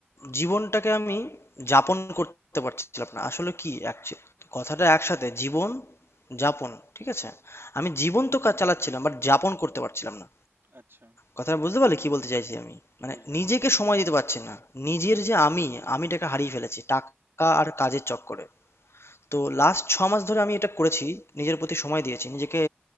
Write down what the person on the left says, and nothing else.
জীবনটাকে আমি যাপন করতে পারছিলাম না আসলে কি actu- কথাটা একসাথে জীবন যাপন ঠিক আছে আমি জীবন তো কাজ চালাচ্ছিলাম বাট যাপন করতে পারছিলাম না
কথাটা বুঝতে পারলে কি বলতে চাইছি আমি মানে
নিজেকে
সময় দিতে পারছি না নিজের যে আমি আমিটাকে হারিয়ে ফেলেছি টাকা আর কাজের চক্করে তো লাস্ট ছ মাস ধরে আমি এটা করেছি নিজের প্রতি সময় দিয়েছি নিজেকে